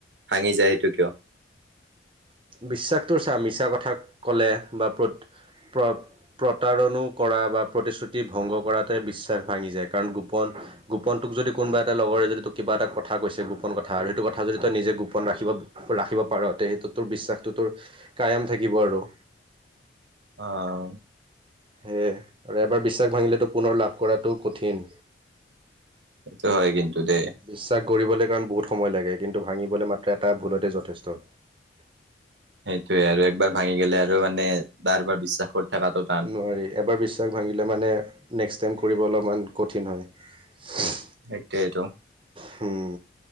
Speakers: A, on the right; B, on the right.
A: ভাঙি যায় এইটো কিয়?
B: বিশ্বাসটোৰ চা মিছা কথা ক'লে বা প্ৰ প্ৰতাৰণো কৰা বা প্ৰতিশ্ৰুতি ভংগ কৰাত বিশ্বাস ভাঙি যায় গোপন গোপনটোক যদি কোনোবা এটা লগৰে যদি তোক কিবা এটা কথা কৈছে গোপন কথা আৰু সেইটো কথা যদি তই নিজে গোপন ৰাখিব ৰাখিব পাৰ সেইটো তোৰ বিশ্বাসতটো তোৰ কায়ম থাকিব আৰু
A: আহ।
B: সেয়ে আৰু এবাৰ বিশ্বাস ভাঙিলেতো পুনৰ লাভ কৰাটো কঠিন।
A: সেইটো হয় কিন্তু দে
B: বিশ্বাস কৰিবলৈ কাৰণ বহুত সময় লাগে কিন্তু ভাঙিবলৈ মাত্ৰ এটা ভুলতে যথেষ্ট।
A: সেইটোৱে আৰু একবাৰ ভাঙি গলে আৰু মানে বাৰ বাৰ বিশ্বাস কৰি। থকাটো টান।
B: নোৱাৰি এবাৰ বিশ্বাস ভাঙিলে মানে নেক্স টাইম। কৰিব অলপমান কঠিন হয় হুোহ।
A: সেইটোৱে টো।
B: হুম।